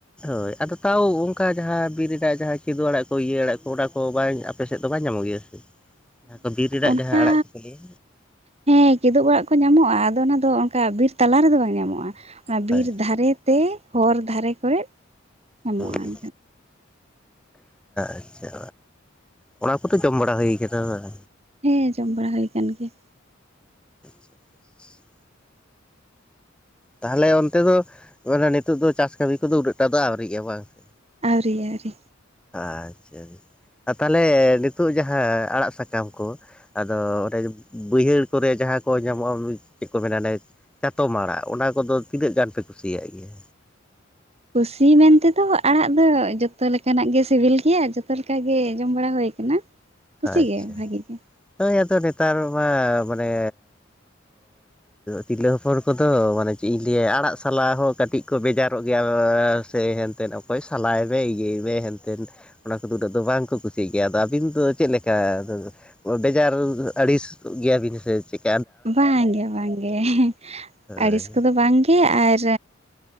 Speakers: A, in the centre; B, on the right.
A: ᱦᱳᱭ ᱟᱫᱚ ᱛᱟᱣ ᱚᱱᱠᱟ ᱡᱟᱦᱟᱸ ᱵᱤᱨ ᱨᱮᱱᱟᱜ ᱡᱟᱦᱟᱸ ᱠᱮᱫᱳ ᱟᱲᱟᱜ ᱠᱚ ᱤᱭᱟᱹ ᱟᱲᱟᱜ ᱠᱚ ᱚᱱᱟ ᱠᱚ ᱵᱟᱝ ᱟᱯᱮ ᱥᱮᱫ ᱫᱚ ᱵᱟᱝ ᱧᱟᱢᱚᱜ ᱜᱮᱭᱟ <unintelligible> ᱵᱤᱨ ᱨᱮᱱᱟᱜ
B: ᱚᱱᱠᱟ
A: ᱡᱟᱦᱟᱸ ᱟᱲᱟᱜ ᱠᱚᱠᱚ ᱞᱟᱹᱭᱟ
B: ᱦᱮᱸ ᱠᱤᱫᱳ ᱚᱲᱟᱜ ᱠᱚ ᱧᱟᱢᱚᱜᱼᱟ ᱟᱫᱚ ᱚᱱᱟ ᱫᱚ ᱚᱱᱠᱟ ᱵᱤᱨ ᱛᱟᱞᱟ ᱨᱮᱫᱚ ᱵᱟᱝ ᱧᱟᱢᱚᱜᱼᱟ
A: ᱦᱳᱭ
B: ᱵᱤᱨ ᱫᱷᱟᱨᱮ ᱛᱮ ᱦᱚᱨ ᱫᱷᱟᱨᱮ ᱠᱚᱨᱮ ᱧᱟᱢᱚᱜᱼᱟ
A: ᱦᱳᱭ
B: <unintelligible>
A: ᱟᱪᱪᱷᱟ ᱚᱱᱟ ᱠᱚᱫᱚ ᱡᱚᱢ ᱵᱟᱲᱟ ᱦᱩᱭ ᱠᱟᱱᱟ ᱵᱟᱝ
B: ᱦᱮᱸ ᱡᱚᱢ ᱵᱟᱲᱟ ᱦᱩᱭ ᱟᱠᱟᱱ ᱜᱮᱭᱟ
A: ᱪ <unintelligible> ᱛᱟᱦᱚᱞᱮ ᱚᱱᱛᱮ ᱫᱚ ᱱᱤᱛᱳᱜ ᱫᱚ ᱪᱟᱥ ᱠᱟᱹᱢᱤ ᱠᱚᱫᱚ ᱩᱱᱟᱹᱜ ᱴᱟ ᱫᱚ ᱟᱹᱣᱨᱤᱜᱼᱟ ᱵᱟᱝ ᱥᱮ
B: ᱟᱹᱣᱨᱤ ᱟᱹᱣᱨᱤ
A: ᱟᱪᱪᱷᱟ ᱟᱨ ᱛᱟᱦᱞᱮ ᱱᱤᱛᱚᱜ ᱡᱟᱦᱟᱸ ᱟᱲᱟᱜ ᱥᱟᱠᱟᱢ ᱠᱚ ᱟᱫᱚ ᱵᱟᱹᱲᱦᱟᱹᱲ ᱠᱚᱨᱮ ᱡᱟᱦᱟᱸ ᱠᱚ ᱧᱟᱢᱚᱜᱼᱟ ᱪᱮᱫ ᱠᱚ ᱢᱮᱱᱟ ᱚᱱᱮ ᱪᱟᱛᱚᱢ ᱟᱲᱟᱜ ᱚᱱᱟ ᱠᱚᱫᱚ ᱛᱤᱱᱟᱹᱜ ᱜᱟᱱ ᱯᱮ ᱠᱩᱥᱤᱭᱟᱜ ᱜᱮᱭᱟ
B: ᱠᱩᱥᱤ ᱢᱮᱱᱛᱮᱫᱚ ᱟᱲᱟᱜ ᱫᱚ ᱡᱚᱛᱚ ᱞᱮᱠᱟᱱᱟᱜ ᱜᱮ ᱥᱤᱵᱤᱞ ᱜᱮᱭᱟ ᱡᱚᱛᱚ ᱞᱮᱠᱟ ᱜᱮ ᱡᱚᱢ ᱵᱟᱲᱟ ᱦᱳᱭ ᱟᱠᱟᱱᱟ ᱠᱩᱥᱤ
A: ᱟᱪᱪᱷᱟ
B: ᱜᱮ ᱵᱷᱟᱜᱤ ᱜᱮ
A: ᱱᱚᱜ ᱳᱭ ᱟᱫᱚ ᱱᱮᱛᱟᱨ ᱢᱟ ᱢᱟᱱᱮ ᱛᱤᱨᱞᱟᱹ ᱦᱚᱯᱚᱱ ᱠᱚᱫᱚ ᱢᱟᱱᱮ ᱪᱮᱫ ᱤᱧ ᱞᱟᱹᱭᱟ ᱟᱲᱟᱜ ᱥᱟᱞ ᱦᱚᱸ ᱠᱟᱹᱴᱤᱡ ᱠᱚ ᱵᱮᱡᱟᱨᱚᱜ ᱜᱮᱭᱟ ᱥᱮ ᱦᱮᱱᱛᱮᱫ ᱚᱠᱚᱭ ᱥᱟᱞᱟᱭᱫᱟᱭ ᱤᱭᱟᱹᱭ ᱦᱮᱱᱛᱮᱱ ᱚᱱᱟ ᱠᱚᱫᱚ ᱩᱱᱟᱹᱜ ᱫᱚ ᱵᱟᱝ ᱠᱚ ᱠᱩᱥᱤᱜ ᱜᱮᱭᱟ ᱟᱫᱚ ᱟᱹᱵᱤᱱ ᱫᱚ ᱪᱮᱫ ᱞᱮᱠᱟ ᱵᱮᱡᱟᱨ ᱟᱹᱲᱤᱥ ᱜᱮᱭᱟᱵᱤᱱ ᱥᱮ ᱪᱮᱫ?
B: ᱵᱟᱝᱜᱮ ᱵᱟᱝᱜᱮ
A: ᱦᱳᱭ
B: ᱟᱹᱲᱤᱥ ᱠᱚᱫᱚ ᱵᱟᱝᱜᱮ ᱟᱨ